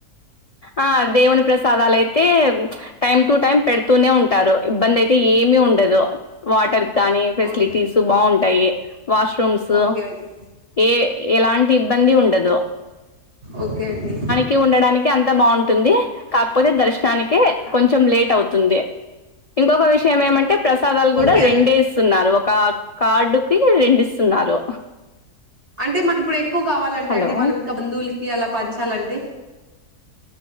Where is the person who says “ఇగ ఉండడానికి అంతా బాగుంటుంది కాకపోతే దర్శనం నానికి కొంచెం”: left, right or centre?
Left